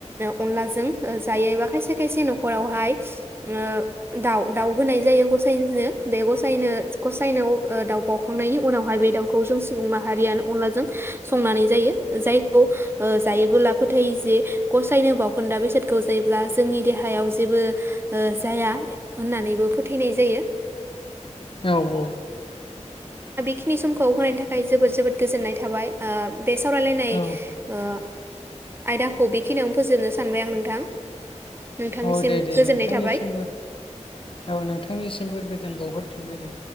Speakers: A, on the right (about 20°); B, on the left (about 45°).
A: अनलाजों ओ जायो एबा खायसे खायसे न'खरावहाय ओ दाउ दाउ होनाय जायो गसाइनो बे गसायनो गसायनो दाउ बाउखांनायनि उनावहाय बे दाउखौ जों सुबुं माहारियानो अनलाजों संनानै जायो जायखौ जायोबोला फोथायो जे गसायनो बावखोन्दा बेसादखौ जायोब्ला जोंनि देहायाव जेबो ओ जाया होननानैबो फोथायनाय जायो।
B: औ औ
A: खिनि समखौ होनायनि थाखाय जोबोद जोबोद गोजोननाय थाबाय ओ बे सावरायलायनाय
B: औ
A: ओ आयदाखौ बि खिनियावनो फोजोबनो सानबाय आं नोंथां। नोंथांनिसिम
B: औ दे दे
A: गोजोननाय
B: नोंथांनिसिमबो
A: थाबाय
B: औ नोंथांनिसिमबो गोजोन बावहर फिनबाय दे।